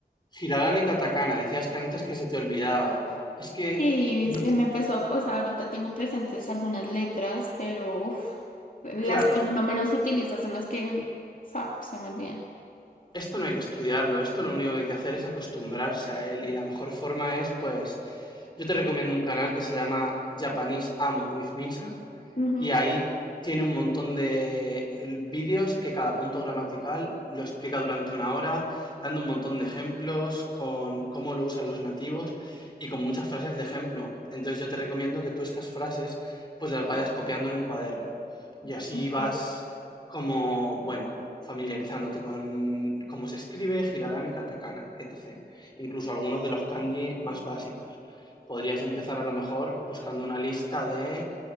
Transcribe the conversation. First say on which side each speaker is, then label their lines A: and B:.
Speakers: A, on the left; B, on the left.
A: Hiragana y Katakana. Decías que antes que se te olvidaba. Es que,
B: Sí,
A: no-
B: se me empezó, o sea, ahorita tengo presentes algunas letras, pero uf, las
A: claro,
B: que lo menos utilizo son las que, o sea, se me olvidan.
A: esto no hay que estudiarlo, esto lo único que hay que hacer es acostumbrarse a él. Y la mejor forma es, pues, yo te recomiendo un canal que se llama Japanese Amo with Misa,
B: Ujú,
A: y ahí tiene un montón de vídeos que cada punto gramatical lo explica durante una hora, dando un montón de ejemplos con cómo lo usan los nativos y con muchas frases de ejemplo. Entonces yo te recomiendo que tú estas frases pues las vayas copiando en un cuaderno y así
B: ok.
A: vas como, bueno, familiarizándote con cómo se escribe, hiragana y katakana, etc. Incluso algunos de los kanji más básicos. Podrías empezar a lo mejor buscando una lista de